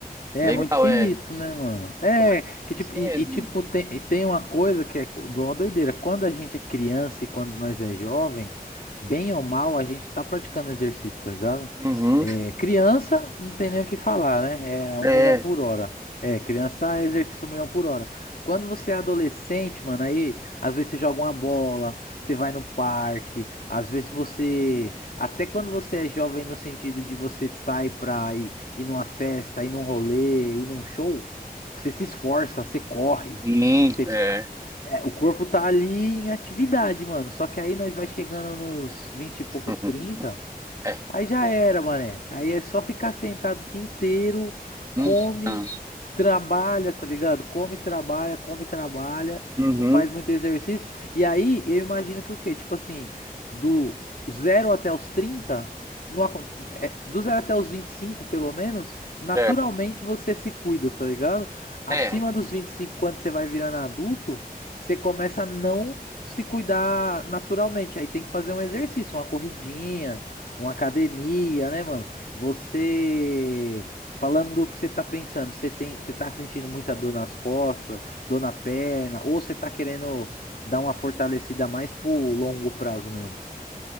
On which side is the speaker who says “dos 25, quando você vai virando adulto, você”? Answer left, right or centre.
Left